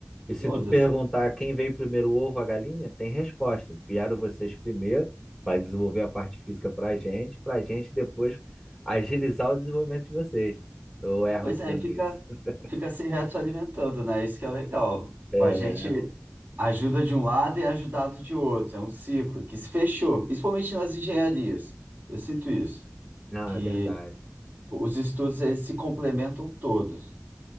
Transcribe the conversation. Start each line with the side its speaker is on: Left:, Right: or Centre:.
Centre: E se
Right: todas.
Centre: tu perguntar quem veio primeiro, o ovo ou a galinha, tem resposta. Vieram vocês primeiro para desenvolver a parte física para a gente, para a gente depois agilizar o desenvolvimento de vocês. Eu erro
Right: Pois
Centre: dizendo
Right: é, e fica,
Centre: isso. <laughs>
Right: fica se retroalimentando, né? Isso que é legal.
Centre: É.
Right: Tipo, A gente ajuda de um lado e é ajudado de outro. É um ciclo que se fechou, principalmente nas engenharias. Eu sinto isso,
Centre: Não,
Right: que
Centre: é verdade.
Right: os estudos, eles se complementam todos.